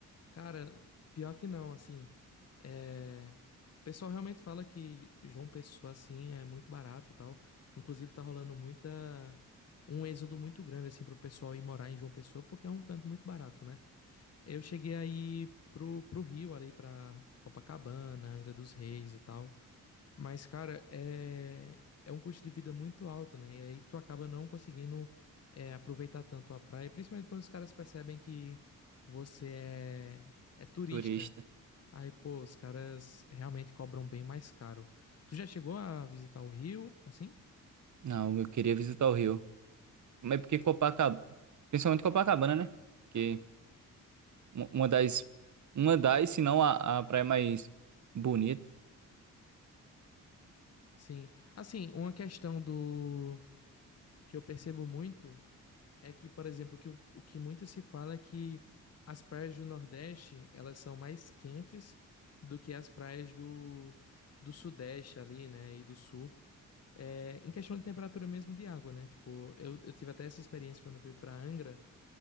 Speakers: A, on the left; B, on the right.
A: Cara, pior que não, assim. É... O pessoal realmente fala que João Pessoa assim é muito barato e tal. Inclusive tá rolando muita um êxodo muito grande assim pro pessoal ir morar em João Pessoa porque é um canto muito barato, né? Eu cheguei aí pro, pro Rio, ali pra Copacabana, Angra dos Reis e tal. Mas, cara, é, é um custo de vida muito alto, né? E aí tu acaba não conseguindo é, aproveitar tanto a praia, principalmente quando os caras percebem que você é, é turista.
B: Turista.
A: Aí, pô, os caras realmente cobram bem mais caro. Tu já chegou a visitar o Rio, assim?
B: Não, eu queria visitar o Rio. Mas porque Copacabana, principalmente Copacabana, né? Que uma uma das, uma das, se não a, a praia mais bonita,
A: Sim. Assim, uma questão do que eu percebo muito. É que, por exemplo, que o, o que muito se fala é que as praias do Nordeste, elas são mais quentes do que as praias do, do Sudeste ali, né, e do Sul. É, em questão de temperatura mesmo de água, né? Tipo, eu, eu tive até essa experiência quando eu fui para Angra,